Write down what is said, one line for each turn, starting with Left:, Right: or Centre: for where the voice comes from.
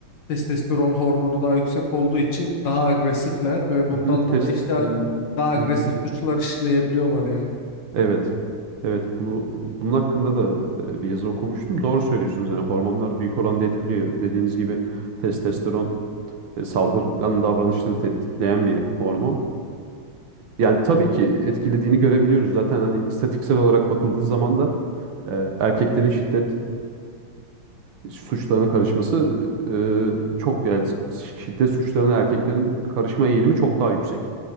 Left: testosteron hormonu daha yüksek olduğu için daha agresifler ve bundan
Right: Hı hı,
Left: dolayı
Right: test
Left: işte
Right: bunu
Left: daha agresif
Right: Hı hı,
Left: suçlar işleyebiliyorlar yani.
Right: evet. Evet bunu bunun hakkında da e, bir yazı okumuştum. Doğru söylüyorsunuz. Yani hormonlar büyük oranda etkiliyor. Dediğiniz gibi testosteron e, saldırgan davranışları tetikleyen bir hormon. Yani tabii ki etkilediğini görebiliyoruz. Zaten hani istatistiksel olarak bakıldığı zaman da e, erkeklerin şiddet e, suçlarına karışması e, çok yani şi- şiddet suçlarına erkeklerin karışma eğilimi çok daha yüksek